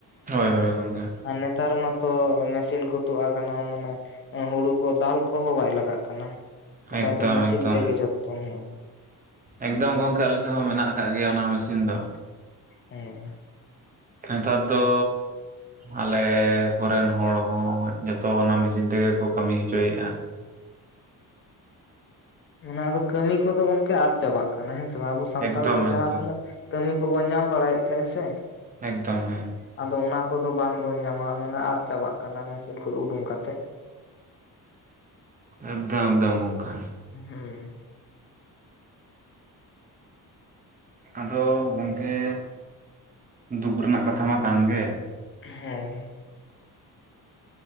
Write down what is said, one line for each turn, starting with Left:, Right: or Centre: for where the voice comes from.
Right: ᱦᱳᱭ ᱦᱳᱭ ᱜᱚᱝᱠᱮ
Left: ᱟᱨ ᱱᱮᱛᱟᱨ ᱢᱟᱛᱚ ᱢᱮᱥᱤᱱ ᱠᱚ ᱛᱩᱫ ᱟᱠᱟᱱᱟ ᱢᱟᱱᱮ ᱦᱩᱲᱩ ᱠᱚ ᱫᱟᱞ ᱠᱚᱦᱚᱸ ᱵᱟᱭ ᱞᱟᱜᱟᱜ ᱠᱟᱱᱟ ᱱᱮᱛᱟᱨ
Right: ᱮᱠᱫᱚᱢ
Left: ᱫᱚ ᱢᱮᱥᱤᱱ
Right: ᱮᱠᱫᱚᱢ
Left: ᱛᱮᱜᱮ ᱡᱚᱛᱚ ᱦᱟᱜ
Right: ᱮᱠᱫᱚᱢ ᱜᱚᱝᱠᱮ ᱟᱞᱮ ᱥᱮᱫ ᱦᱚᱸ ᱢᱮᱱᱟᱜ ᱟᱠᱟᱜ ᱜᱮᱭᱟ ᱚᱱᱟ ᱢᱮᱥᱤᱱ ᱫᱚ
Left: ᱦᱮᱸ
Right: ᱱᱮᱛᱟᱨ ᱫᱚ ᱟᱞᱮ ᱠᱚᱨᱮᱱ ᱦᱚᱲ ᱦᱚᱸ ᱡᱚᱛᱚ ᱚᱱᱟ ᱢᱮᱥᱤᱱ ᱛᱮᱜᱮ ᱠᱚ ᱠᱟᱹᱢᱤ ᱦᱚᱪᱚᱭᱮᱫᱼᱟ᱾
Left: ᱚᱱᱟ ᱟᱫᱚ ᱠᱟᱹᱢᱤ ᱠᱚᱫᱚ ᱜᱚᱝᱠᱮ ᱟᱫ ᱪᱟᱵᱟᱜ ᱠᱟᱱᱟ ᱦᱮᱸ ᱥᱮ ᱵᱟᱝ ᱟᱵᱚ ᱥᱟᱱᱛᱟᱲ
Right: ᱮᱠᱫᱚᱢ
Left: ᱠᱚ ᱡᱟᱦᱟᱸ
Right: ᱮᱠᱫᱚᱢ
Left: ᱛᱤᱱᱟᱹᱜ ᱠᱟᱹᱢᱤ ᱠᱚᱵᱚᱱ ᱧᱟᱢ ᱵᱟᱲᱟᱭᱮᱫ ᱛᱟᱦᱮᱸᱜᱸ ᱥᱮ
Right: ᱮᱠᱫᱚᱢ ᱦᱮᱸ
Left: ᱟᱫᱚ ᱚᱱᱟ ᱠᱚᱫᱚ ᱵᱟᱝᱵᱚᱱ ᱧᱟᱢᱟ ᱢᱟᱱᱮ ᱟᱫ ᱪᱟᱵᱟᱜ ᱠᱟᱱᱟ ᱢᱮᱥᱤᱱ ᱠᱚ ᱩᱰᱩᱝ ᱠᱟᱛᱮᱜ᱾
Right: ᱮᱠᱫᱚᱢ ᱮᱠᱫᱚᱢ ᱜᱚᱝᱠᱮ
Left: ᱦᱩᱸ
Right: ᱟᱫᱚ ᱜᱚᱝᱠᱮ ᱫᱩᱠ ᱨᱮᱱᱟᱜ ᱠᱟᱛᱷᱟ ᱢᱟ ᱠᱟᱱ ᱜᱮ
Left: ᱦᱮᱸ